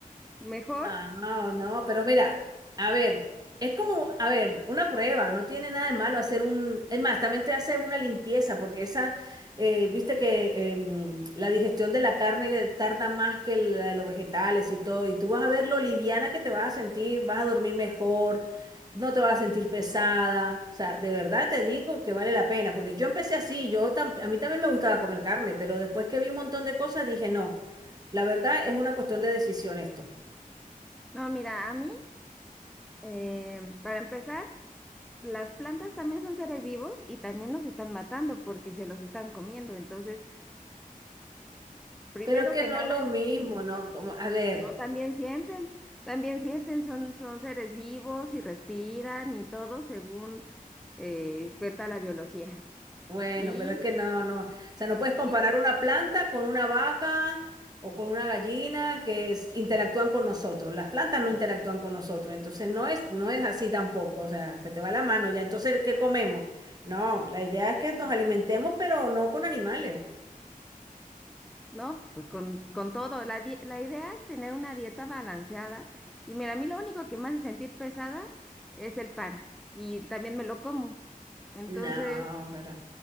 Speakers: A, in the centre; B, on the right.
A: Mejor,
B: Ah, No, no, pero mira, a ver, es como, a ver, una prueba, no tiene nada de malo hacer un, es más, también te hace una limpieza, porque esa, eh, viste que em, la digestión de la carne tarda más que la de los vegetales y todo, y tú vas a ver lo liviana que te vas a sentir, vas a dormir mejor, no te vas a sentir pesada, o sea, de verdad te digo que vale la pena, porque yo empecé así, yo tam- a mí también me gustaba comer carne, pero después que vi un montón de cosas dije, no, la verdad es una cuestión de decisión esto.
A: no, mira, a mí, eh, para empezar, las plantas también son seres vivos y también los están matando porque se los están comiendo. Entonces, primero
B: Pero es que
A: que
B: no
A: nada,
B: es lo mismo, ¿no? Como, a ver,
A: No, también sienten, también sienten, son, son seres vivos y respiran y todo según eh, cuenta la biología.
B: bueno,
A: Y,
B: pero es que no, no. O sea, no puedes comparar
A: y
B: una planta con una vaca o con una gallina que es- interactúan con nosotros. Las plantas no interactúan con nosotros, entonces no es, no es así tampoco. O sea, se te va la mano ya. Entonces, ¿qué comemos? No, la idea es que nos alimentemos, pero no con animales.
A: no, pues con, con todo, la, di- la idea es tener una dieta balanceada. Y mira, a mí lo único que me hace sentir pesada es el pan y también me lo como. Entonces,
B: No, pero.